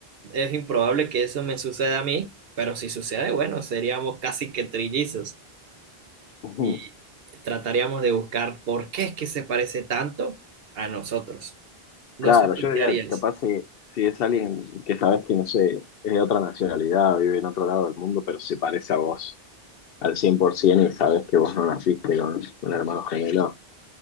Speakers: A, on the right; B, on the left.
A: es improbable que eso me suceda a mí, pero si sucede, bueno, seríamos casi que trillizos
B: <laughs>
A: y trataríamos de buscar por qué es que se parece tanto a nosotros. No
B: Claro,
A: sé tú
B: yo diría,
A: qué harías.
B: capaz si, si es alguien que sabes que, no sé, es de otra nacionalidad, vive en otro lado del mundo, pero se parece a vos al 100% y sabes que vos no naciste con un hermano gemelo,